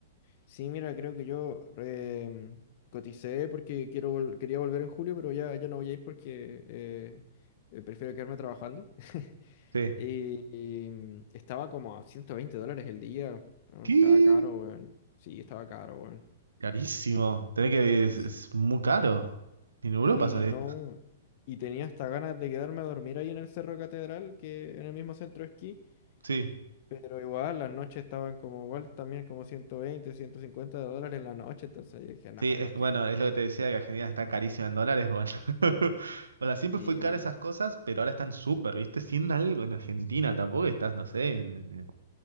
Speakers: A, on the left; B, on the right.
A: Sí, mira, creo que yo em, coticé porque quiero vol- quería volver en julio, pero ya, ya no voy a ir porque eh, eh, prefiero quedarme trabajando. <laughs>
B: Sí.
A: Y, y, mm, estaba como a 120 dólares el día. No,
B: ¿Qué?
A: Estaba caro, weón. Sí, estaba caro, weón.
B: Carísimo. Tenés que. Es,
A: Sí.
B: es muy caro. En Europa
A: Sí,
B: sale.
A: no. Y tenía hasta ganas de quedarme a dormir ahí en el Cerro Catedral, que en el mismo centro de esquí.
B: Sí.
A: Pero igual, las noches estaban como igual, también como ciento veinte ciento cincuenta dólares la noche. Entonces yo dije, no,
B: Sí, es,
A: ¿para
B: bueno,
A: qué?
B: es lo que te decía, que Argentina está carísima en dólares, bueno. <laughs> O sea, siempre
A: Sí,
B: fue cara
A: weón.
B: esas cosas, pero ahora están súper, ¿viste? Sin algo en Argentina, tampoco estás, no sé, en, en- en